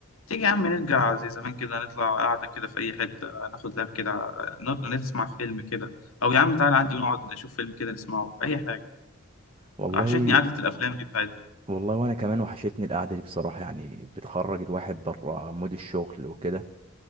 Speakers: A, on the left; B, on the right.
A: تيجي يا عم نرجع زي زمان كده نطلع قاعدة كده في أي حتة ناخد لاب كده نط- نسمع فيلم كده أو يا عم تعالى عندي ونقعد نشوف فيلم كده نسمعه أي حاجة
B: والله
A: وحشتني قعدة الأفلام دي بتاعتنا
B: والله وانا كمان وحشتني القعده دي بصراحه يعني بتخرج الواحد بره مود الشغل وكده